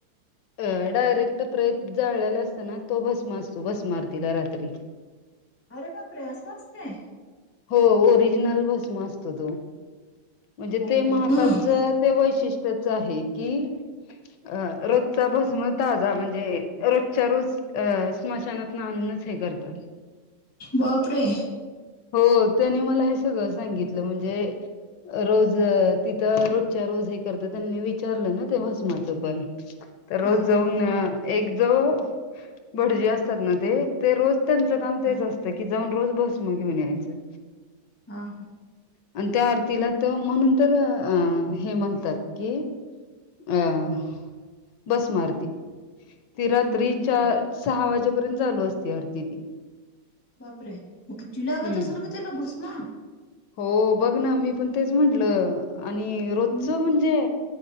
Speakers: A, on the left; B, on the left.
A: अ डायरेक्ट प्रेत जाळल्याला असताना तो भस्म असतो भस्म आरती लास रात्री
B: अरे बापरे असं असतंय
A: हो ओरिजनल भस्म क्तोद <unintelligible> म्हणजे
B: बाई
A: ते
B: ग
A: महाकालचं
B: हम्म
A: ते वैशिष्ट्य आहे की अ रोजचा भस्म ताजा म्हणजे रोजच्या रोज अ स्मशानात ना आणूनच हे करतात
B: बापरे
A: हो त्यानी म हे सगळ सांगित म्हणजे रोज तिथं रोजच्या रोज हे करत त्यांनी विचारलं ना ते भस्माचं पण तर रोज
B: हा हा
A: जाऊन
B: हा
A: एक ज भटजी असतात ना ते ते रोज त्यांचं काम तेच
B: हा
A: असतं क जाऊन रोज बस मग घेऊन यायचं
B: हा हा
A: आणि त्या आरतीला तर म्हणून तर अं हे म्हणतात की अं भस्म आरती
B: हम्म
A: रात्री च सहा वाजे र्यंत चालू असते अरती त
B: बापरे मग किती लागत
A: हम्म
B: असेल ग त्याला भस्म
A: हो बघ ना मी पण तेच म्हटलं आणि रोजच
B: हम्म
A: म्हणजे